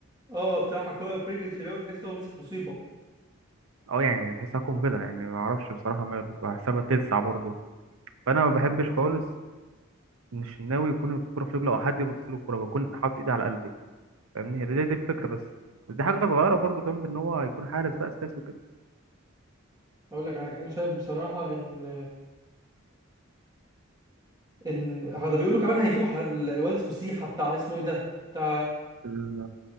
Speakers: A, on the right; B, on the right.
A: اه بصراحه الكره في رجل الشناوي تحس هو مسك مصيبه
B: اه يعني تحسها قنبله يعني ما اعرفش بصراحه ماله بحسبها تلسع برضه فانا ما بحبش خالص ان الشناوي يكون الكوره في رجله او حد يبص له الكوره بكون حاطط ايدي على قلبي فاهمني هي دي, دي الفكره بس بس دي حاجه صغيره برضه جنب ان هو يكون حارس بقى اساسي وكده
A: هقول لك على حاجه انا شايف بصراحه ان ان هذا بيقولوا كمان هيجيبوا ح- الواد اسمه سيحه بتاع اسمه ايه ده بتاع
B: ال-